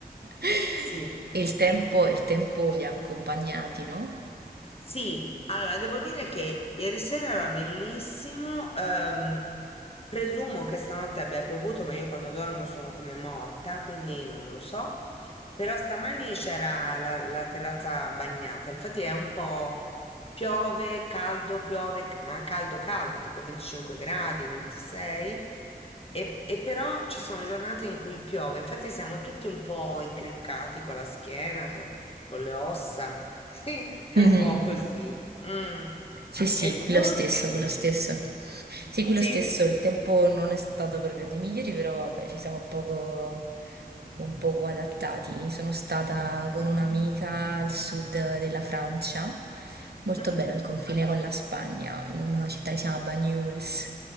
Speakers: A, on the right (about 80°); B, on the left (about 35°).
A: <laughs>
B: sì.
A: E il tempo, il tempo vi ha accompagnati, no?
B: Sì, allora devo dire che ieri sera era bellissimo. ehm, presumo che stanotte abbia piovuto, ma io quando dormo sono come morta, quindi non lo so. Però stamani c'era la, la terrazza bagnata. Infatti è un po' piove, caldo, piove, c- ma caldo, caldo, tipo 25 gradi, 26. E, e però ci sono giornate in cui piove. Infatti siamo tutti un po' incriccati con la schiena, co- con le ossa. Sì, è
A: Mhm.
B: un po' così. Mm.
A: Sì, sì,
B: E
A: qui
B: tu?
A: lo stesso, qui lo stesso. Sì, quello
B: Sì?
A: stesso, il tempo non è stato proprio dei migliori, però vabbè, ci siamo poco, un poco adattati. Sono stata con un'amica al sud della Francia, molto
B: Mhm.
A: bene al confine con la Spagna, in una città che si chiama Banyuls,